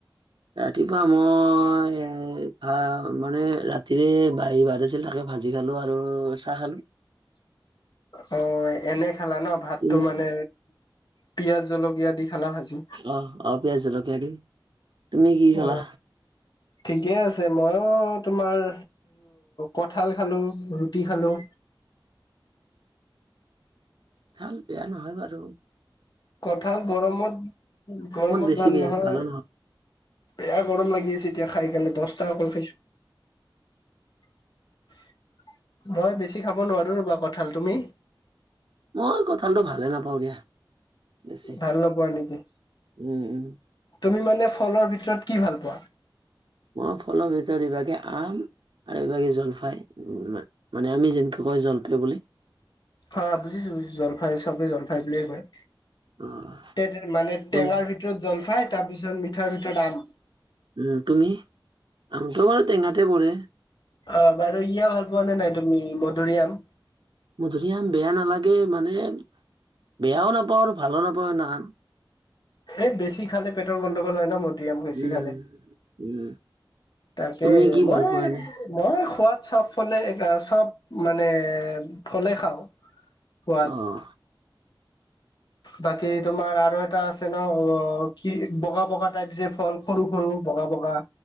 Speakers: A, on the right; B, on the left.
A: ৰাতিপুৱা মই এ ভা মানে ৰাতিৰে বাহী ভাত আছিল তাকে ভাজি- খালো আৰু চাহ খালো-
B: <inaudible> অ এনে খালা ন ভাতটো
A: তুমি?
B: মানে পিয়াজ জলকীয়া, দি খালা ভাজি
A: অ অ পিয়াজ, জলকীয়া, তুমি কি খালা?
B: অ ঠিকে আছে মইয়ো। তোমাৰ কঠাল খালো ৰুটি খালো।
A: ভাল বেয়া নহয় বাৰু
B: কথাল গৰমত গৰমত
A: বেছি
B: ভাল
A: বে
B: নহয়।
A: ভালো
B: বেয়া গৰম লাগি আছে এতিয়া খাইকাৰে দহ টাকা কৰি খাইছো। ভয় বেছি খাব নোৱাৰো ৰ'বা কঁঠাল তুমি
A: মই কঁঠালটো ভালে নাপাওঁ দিয়া। বেছি।
B: ভাল নপোৱা নেকি
A: উম, উম,
B: তুমি মানে। এনে ফলৰ ভিতৰত কি ভাল পোৱা।
A: মই ফলৰ ভিতৰত ইভাগে আম আৰু এইভাগে জলফাই মানে আমি যেনেকে কয় জলপাই বুলি।
B: অ বুজিছো জলফাই চবে জলফাই বুলিয়ে কয়।
A: অ',
B: তে মানে
A: তুম
B: টেঙাৰ ভিতৰত জলফাই তাৰপিছত মিঠাৰ ভিতৰত আম।
A: উম তুমি আমটো বাৰু টেঙাতে পৰে।
B: অ বাৰু ইয়া ভাল পোৱা নে নাই তুমি মধুৰিআম,।
A: ম ধুনীয়া বেয়া নালাগে মানে বেয়াও নাপাওঁ আৰু ভালো নাপাওঁ নান
B: এই বেছি খালে পেটৰ গণ্ডগোল হয় ন মদৰি আম বেছি
A: উম,
B: খালে।
A: উম,
B: তাকেই
A: তুমি কি
B: মই
A: ভাল পোৱা এনে?
B: মই। সোৱাদ চব ফলে চব মানে ফলে খাওঁ। খোৱাত
A: আহ
B: বাকী তোমাৰ আৰু এটা ছে ন অ কি বগা বগা টাইপ যে ফল সৰু সৰু বগা বগা।